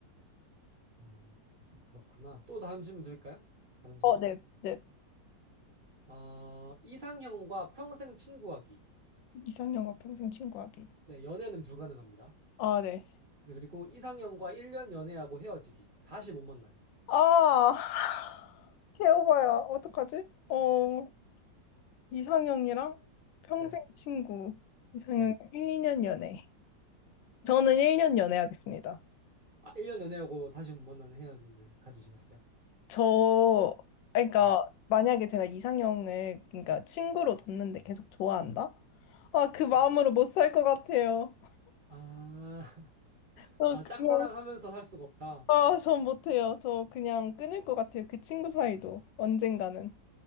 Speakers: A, on the right; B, on the left.
A: 음, 그렇구나. 또 다른 질문 드릴까요? 다른 질문?
B: 어, 네. 네.
A: 어, 이상형과 평생 친구하기.
B: 이상형과 평생 친구하기.
A: 네, 연애는 불가능합니다.
B: 아, 네.
A: 네, 그리고 이상형과 1년 연애하고 헤어지기. 다시 못 만나요.
B: 아, <laughs> <sighs> 개오바야. 어떡하지? 어, 이상형이랑 평생
A: 네,
B: 친구. 이상형
A: 네.
B: 1년 연애. 저는 1년 연애하겠습니다.
A: 아, 1년 연애하고 다시 못 만나는 헤어짐을 가지시겠어요?
B: 저, 그러니까
A: 네.
B: 만약에 제가 이상형을, 그러니까 친구로 뒀는데 계속 좋아한다? 아, 그 마음으로
A: 음.
B: 못 살 것 같아요.
A: 아, <laughs>
B: 저
A: 아, 짝사랑하면서
B: 그냥,
A: 살 수가 없다.
B: 아, 전 못해요. 저 그냥 끊을 것 같아요. 그 친구 사이도 언젠가는.